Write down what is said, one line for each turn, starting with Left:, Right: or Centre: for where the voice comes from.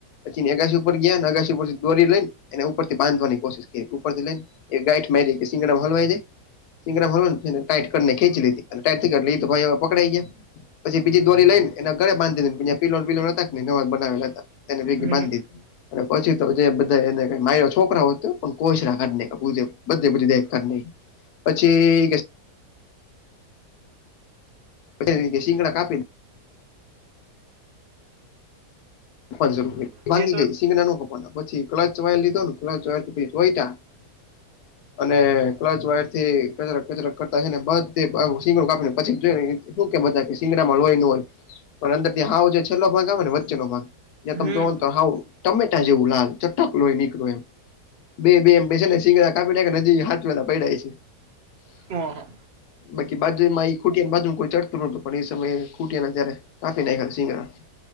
Left: પછી અગાાસી ઉપર ગયા અગાાસી ઉપરથી દોરી લઈને એને ઉપર થી બાંધવાની કોશિશ કરી ઉપરથી લઈને- એ ગાઠ મેરી સિંગડામાં હલાવ માં જય. સીંગડા હોરોન ટાઈટ કરને ખેંચી લીધી હવે ટાઈટ થી તો ભાઈ પકડાઈ ગયા. પછી બીજી દોરી લઈ ને એના ઘરે બાંધીધને પીલો પીલો હતા ને નવા બનાવેલા હતા <unintelligible> અને
Right: હમ
Left: પછી તો જે બધા એને કે માયરો છોકરા હોય તો પણ કોચ રાખને <unintelligible> બધે બધી દકા નહી પછી પછી એ શીંગડા કાપીને પાંચસો રૂપિયા માંગી
Right: નેટવર્ક
Left: ગઈ સીંગડા નો મુકવાના પછી ક્લચ વાયર લીધોને ક્લચ વાયર <unintelligible> અને ક્લાચ વાયર થી કચરાક કચરાક કરતા ને બધ સીંગડો કાપીને પછી જોઈને શું કેમ બધા કે શીંગડા માં લોહી નો હોય પણ અંદર થી હવ જે છેલ્લો ભાગ આવે ને વચ્ચેનો ભાગ ત્યાં
Right: હમ
Left: તમે જો તો હવ ટમેટા જેવું લાલ ચટક લોહી નીકળો એમ બે બે એમ બેસે ને સીંગડા કાપી નાયખા નજી હાંચવા ના પડીડાય છે.
Right: હા.
Left: બાકી બાજુ માં એ ખૂટી ની બાજુ કોઈ ચડતું નત પણ એ સમયે ખૂટીને જયારે કાપી નાંખ્યા સિંગડા.